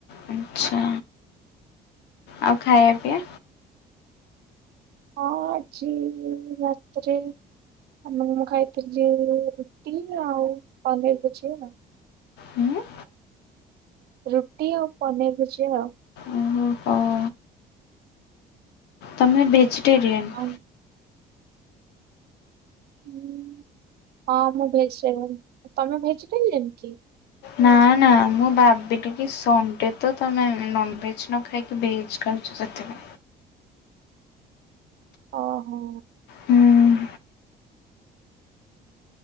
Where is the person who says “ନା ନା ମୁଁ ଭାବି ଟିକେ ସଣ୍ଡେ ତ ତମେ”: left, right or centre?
Left